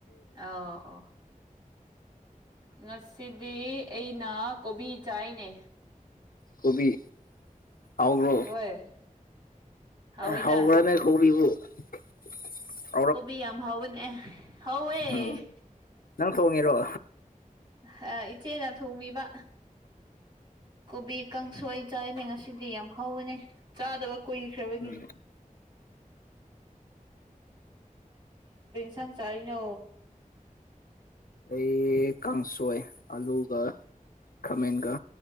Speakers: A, on the right (about 30°); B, on the left (about 85°).
A: ꯑꯣ ꯑꯣ ꯉꯁꯤꯗꯤ ꯑꯩꯅ ꯀꯣꯕꯤ ꯆꯥꯏꯅꯦ
B: ꯀꯣꯕꯤ ꯍꯥꯎꯕ꯭ꯔꯣ
A: ꯍꯣꯏ ꯍꯥꯎꯋꯦꯗ
B: ꯍꯥꯎꯕ꯭ꯔꯅꯦ ꯀꯧꯔꯤꯕꯔꯤꯕꯨ <inaudible>
A: ꯀꯣꯕꯤ ꯌꯥꯝ ꯍꯅꯦ ꯍꯋ ꯑ
B: ꯅꯪ ꯊꯣꯡꯉꯤꯔꯣ
A: ꯥ ꯏꯆꯦꯅ ꯊꯣꯡꯕꯤꯕ ꯀꯣꯕꯤ ꯀꯥꯡꯁꯣꯏ ꯆꯥꯏꯅꯦ ꯉꯁꯤꯗꯤ ꯌꯥꯝ ꯍꯧꯕꯅꯦ ꯆꯥꯗꯕ ꯀꯨꯏꯈ꯭ꯔꯕꯒꯤ
B: ꯎꯝ
A: ꯏꯁꯥꯡ ꯆꯥꯔꯤꯅꯣ
B: ꯑꯩ ꯀꯥꯡꯁꯣꯏ ꯑꯂꯨꯒ ꯈꯥꯃꯦꯟꯒ